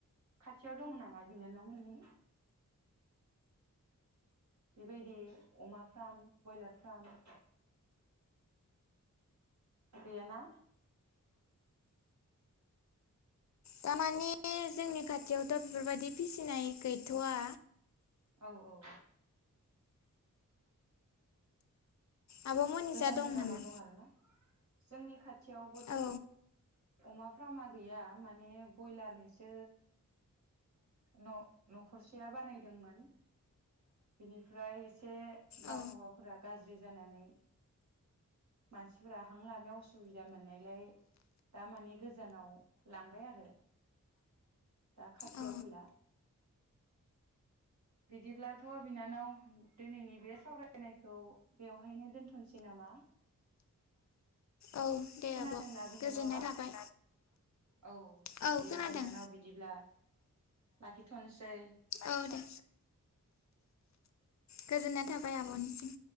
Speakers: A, on the right; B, on the left.
A: खाथियाव दङ नामा बिनानावमोननि बेबायदि अमा फ्राम ब्रयलार फ्राम गैयाना
B: दा मानि जोंनि खाथियावथ' बेफोरबायदि फिसिनाय गैथ'वा
A: औ औ
B: आब'मोननि
A: गोजान
B: जा
A: गोजानाव
B: नामा
A: दं आरोना जोंनि खाथियावबोथ'
B: औ
A: अमा फा फार्मा गैया माने ब्रयलारनिसो न' न'खरसेया बानायदोंमोन बेनिफ्राय एसे बारहावाफोरा
B: औ
A: गाज्रि जानानै मानसिफोरा हां लानायाव उसुबिदा मोननायलाय दा माने गोजानाव लांबाय आरो दा खाथियाव
B: औ
A: गैला बिदिब्लाथ' बिनानाव दिनैनि बे सावरायनायखौ बेवहायनो दोनथ' नोसै नामा
B: औ दे
A: खोनादोंना
B: आब'
A: बिनानावा
B: गोजोननाय थाबाय
A: औ
B: औ
A: दे
B: खोनादों
A: बिनानाव बिदिब्ला लाखिथ'नोसै
B: औ दे गोजोननाय थाबाय आब'निसिम